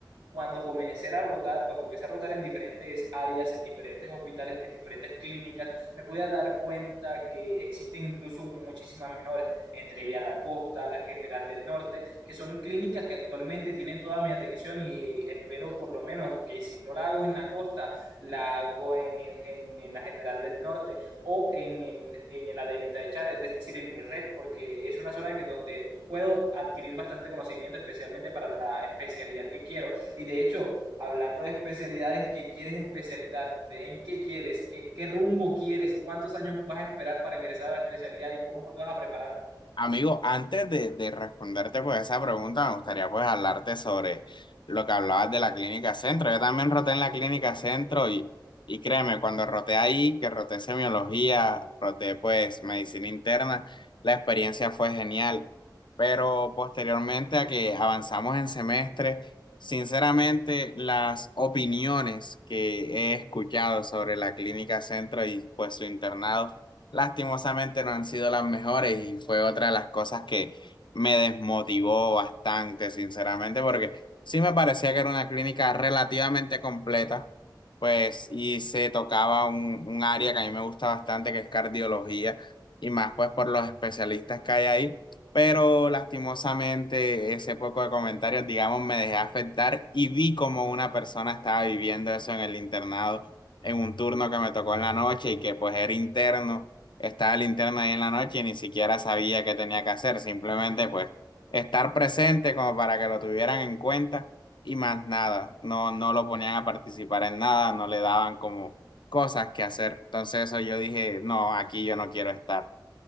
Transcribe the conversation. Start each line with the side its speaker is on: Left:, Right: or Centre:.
Right: cuando comencé a rotar, cuando comencé a rotar en diferentes áreas, en diferentes hospitales, en diferentes clínicas, me pude dar cuenta que existen incluso muchísimas mejores, entre ellas la Costa, la General del Norte, que son clínicas que actualmente tienen toda mi atención y eh, espero por lo menos que si no la hago en la Costa, la hago en, en, en la General del Norte o en el, en el Adelita de Char, es decir, en mi red, porque es una zona que donde puedo adquirir bastante conocimiento, especialmente para la especialidad que quiero. Y de hecho, hablando de especialidades, ¿qué quieres especializarte? ¿En qué quieres? ¿Qué, qué rumbo quieres? ¿Cuántos años vas a esperar para ingresar a la especialidad y cómo te vas a preparar?
Left: Amigo, antes de, de responderte pues esa pregunta, me gustaría pues hablarte sobre lo que hablabas de la clínica centro. Yo también roté en la clínica centro y, y créeme, cuando roté ahí, que roté semiología, roté pues medicina interna, la experiencia fue genial. Pero posteriormente a que avanzamos en semestre, sinceramente las opiniones que he escuchado sobre la clínica centro y pues su internado lastimosamente no han sido las mejores y fue otra de las cosas que me desmotivó bastante, sinceramente, porque sí me parecía que era una clínica relativamente completa, pues, y se tocaba un, un área que a mí me gusta bastante, que es cardiología, y más pues por los especialistas que hay ahí. Pero lastimosamente ese poco de comentarios, digamos, me dejé afectar y vi como una persona estaba viviendo eso en el internado, en un turno que me tocó en la noche y que pues era interno estaba linterna ahí en la noche y ni siquiera sabía qué tenía que hacer, simplemente pues estar presente como para que lo tuvieran en cuenta y más nada, no, no lo ponían a participar en nada, no le daban como cosas que hacer, entonces eso yo dije, no, aquí yo no quiero estar.